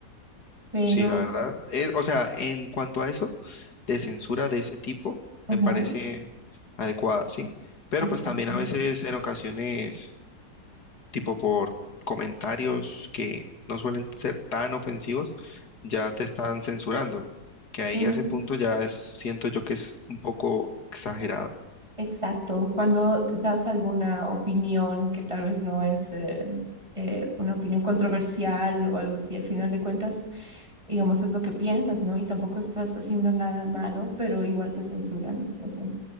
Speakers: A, on the right; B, on the left.
A: pero,
B: Sí, la verdad. es- o sea, en cuanto a eso, de censura de ese tipo,
A: ujú,
B: me parece adecuada, ¿sí? Pero
A: exacto.
B: pues también a veces, en ocasiones, tipo por comentarios que no suelen ser tan ofensivos, ya te están censurando. Que ahí
A: Ujú,
B: a ese punto ya es, siento yo que es un poco exagerado.
A: Exacto, cuando das alguna opinión que tal vez no es eh, eh, una opinión controversial o algo así, al final de cuentas, digamos, es lo que piensas, ¿no? Y tampoco estás haciendo nada malo, pero igual te censuran. o sea.